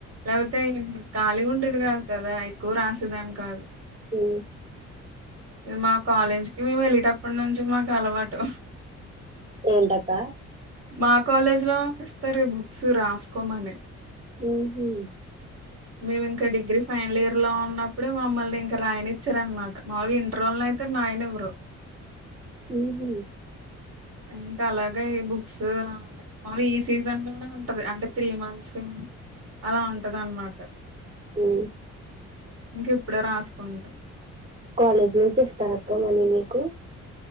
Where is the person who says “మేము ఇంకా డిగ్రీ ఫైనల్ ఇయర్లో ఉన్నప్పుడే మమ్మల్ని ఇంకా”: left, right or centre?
Right